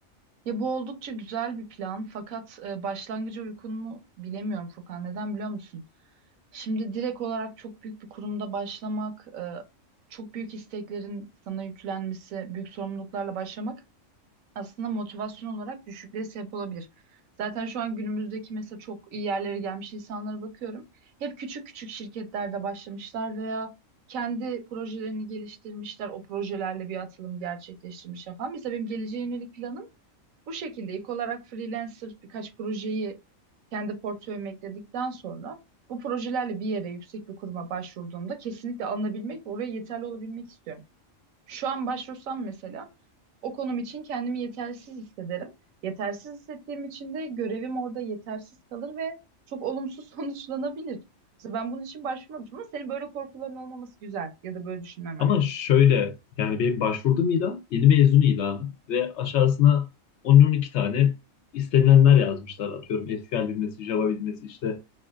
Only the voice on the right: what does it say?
Ya bu oldukça güzel bir plan fakat e, başlangıcı uygun mu bilemiyorum Furkan. Neden biliyor musun? Şimdi direkt olarak çok büyük bir kurumda başlamak, e, çok büyük isteklerin sana yüklenmesi, büyük sorumluluklarla başlamak aslında motivasyon olarak düşüklüğe sebep olabilir. Zaten şu an günümüzdeki mesela çok iyi yerlere gelmiş insanlara bakıyorum. Hep küçük küçük şirketlerde başlamışlar veya kendi projelerini geliştirmişler, o projelerle bir atılım gerçekleştirmişler falan. Mesela benim geleceğe yönelik planım bu şekilde ilk olarak freelancer birkaç projeyi kendi portföyüme ekledikten sonra bu projelerle bir yere yüksek bir kuruma başvurduğumda kesinlikle alınabilmek ve oraya yeterli olabilmek istiyorum. Şu an başvursam mesela o konum için kendimi yetersiz hissederim. Yetersiz hissettiğim için de görevim orada yetersiz kalır ve çok olumsuz <laughs> sonuçlanabilir. Mesela ben bunun için başvurmamışım ama senin böyle korkuların olmaması güzel ya da böyle düşünmemen.